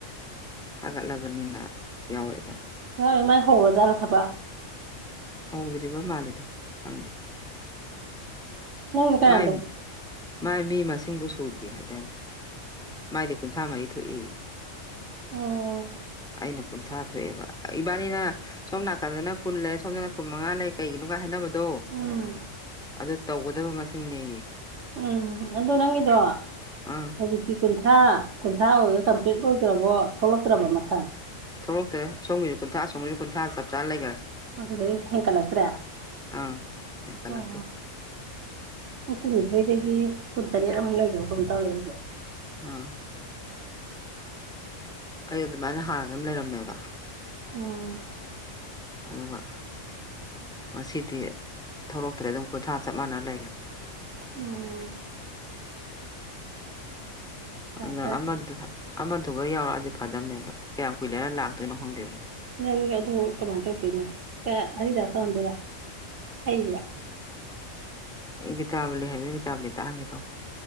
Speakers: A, in the centre; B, on the right (about 65°).
A: ꯊꯥꯒꯠꯂꯕꯅꯤꯅ ꯌꯥꯎꯔꯛꯑꯏꯗꯅ
B: ꯌꯥꯋꯦ ꯃꯥꯏ ꯍꯧꯔ ꯖꯠꯂ ꯊꯕꯛ
A: ꯍꯧꯗ꯭ꯔꯤꯕ ꯃꯥꯜꯂꯤꯦꯗ ꯈꯪꯗꯦ
B: ꯅꯪꯅ ꯀꯗꯕꯨ
A: ꯃꯥꯏ ꯃꯥꯏ ꯃꯤ ꯃꯁꯤꯡꯕꯨ ꯁꯨꯗ꯭ꯔꯤ ꯍꯥꯏꯗꯥꯅꯦ ꯃꯥꯏꯗꯤ ꯀꯨꯟꯊ꯭ꯔꯥ ꯃꯔꯤ ꯊꯣꯛꯏ
B: ꯑꯣ
A: ꯑꯩꯅ ꯀꯨꯟꯊ꯭ꯔꯥ ꯊꯣꯛꯑꯦꯕ ꯏꯕꯥꯅꯤꯅ ꯁꯣꯝ ꯅꯥꯀꯟꯗꯅ ꯀꯨꯟ ꯂꯩ ꯁꯣꯝꯗ ꯅꯥꯀꯨꯟ ꯃꯉꯥ ꯂꯩ ꯀꯩꯒꯤꯅꯣꯒ ꯍꯥꯏꯅꯕꯗ ꯑꯗꯣ
B: ꯎꯝ
A: ꯑꯗꯨ ꯇꯧꯒꯗꯕ ꯃꯁꯤꯡꯅꯦꯌꯦ
B: ꯎꯝ ꯑꯗꯨꯗꯣ ꯅꯪꯗꯣ
A: ꯑꯪ
B: ꯍꯧꯖꯤꯛꯀꯤꯤ ꯀꯨꯟ ꯀꯨꯟꯊ꯭ꯔꯥ ꯀꯨꯟꯊ꯭ꯔꯥ ꯑꯣꯏꯗ ꯀꯝꯄ꯭ꯂꯤꯠ ꯑꯣꯏꯗ꯭ꯔꯕꯣ ꯊꯣꯛꯂꯛꯇ꯭ꯔꯕ ꯃꯊꯪ
A: ꯊꯣꯛꯂꯛꯇꯗ ꯁꯣꯝꯒꯤꯁꯨ ꯀꯨꯟꯊꯥ ꯁꯣꯒꯤ ꯀꯨꯟ꯭ꯔꯥ ꯆꯞ ꯆꯥ ꯂꯩꯈꯔꯦ
B: ꯑꯗꯨꯗꯩ ꯍꯦꯟꯒꯠꯂꯛꯇ꯭ꯔꯦ ꯑꯣ
A: ꯑꯪ ꯍꯦꯟꯀꯠꯂꯛꯇꯦ
B: ꯀꯨꯟꯅꯤꯊꯣꯏꯗꯒꯤ ꯀꯨꯟꯇꯔꯦꯠ ꯑꯃꯨꯛ ꯂꯩꯈꯦꯕ ꯀꯩꯅꯝ ꯇꯧꯔꯦ ꯑꯩꯁꯨ
A: ꯎꯝ ꯑꯩ ꯑꯗꯨꯃꯥꯏꯅ ꯍꯥꯟꯅ ꯑꯃ ꯂꯩꯔꯝꯃꯦꯕ
B: ꯎꯝ
A: ꯑꯗꯨꯒ ꯉꯁꯤꯗꯤ ꯊꯣꯛꯂꯛꯇ꯭ꯔꯦ ꯑꯗꯨꯝ ꯀꯨꯟꯊ꯭ꯔꯥ ꯆꯞ ꯃꯥꯟꯅꯅ ꯂꯩꯒꯅꯤ
B: ꯎꯝ ꯐꯔꯦ
A: ꯑꯗ
B: ꯐꯔꯦ
A: ꯑꯃꯗꯨ ꯑꯃꯗꯨꯒ ꯌꯥꯎꯔꯛꯑꯗꯤ ꯐꯥꯗꯝꯝꯃꯦꯕ ꯀꯌꯥꯝ ꯀꯨꯏꯂꯦꯔ ꯂꯥꯛꯇꯣꯏꯅꯣ ꯍꯪꯗꯦꯕꯦ
B: ꯅꯪ ꯑꯗꯨ ꯀꯃꯥꯏꯅ ꯇꯧꯗꯣꯏꯅꯣꯦꯛꯇ ꯍꯔꯤꯗꯥꯁ ꯇꯧꯍꯟꯗꯣꯏꯔꯥ ꯍꯩꯕ꯭ꯔꯥ
A: ꯒꯤꯇꯥꯕ ꯂꯩ ꯍꯥꯏꯕꯅꯤꯅ ꯒꯤꯇꯥꯕ ꯂꯤ ꯂꯩ ꯇꯥꯛꯍꯒꯦ ꯇꯧꯣ